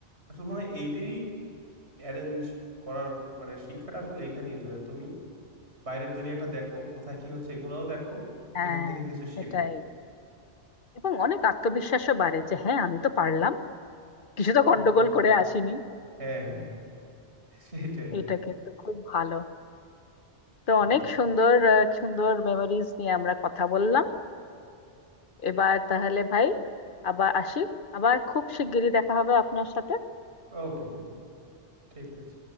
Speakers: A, on the right (about 65°); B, on the left (about 45°).
A: আসলে মনে হয় এইটাই অ্যারেঞ্জ করার মানে শিক্ষাটা আসলে এইখানেই যে তুমি বাইরের দুনিয়াটা দেখো কোথায় কি হচ্ছে এগুলোও দেখো
B: হ্যাঁ
A: এখান থেকে কিছু শেখো
B: এটাই এবং অনেক আত্মবিশ্বাসও বাড়ে যে হ্যাঁ আমি তো পারলাম কিছু তো
A: হুম
B: গন্ডগোল
A: হুম হুম।
B: করে আসিনি
A: হ্যাঁ হ্যাঁ <laughs> সেটাই
B: এটা কিন্তু খুব ভালো তো
A: সেটাই
B: অনেক
A: সেটাই
B: সুন্দর আহ, সুন্দর মেমোরিজ নিয়ে আমরা কথা বললাম এবার তাহলে ভাই আবার আসি আবার খুব শিগগিরই দেখা হবে আপনার সাথে
A: ওকে দিদি ঠিক আছে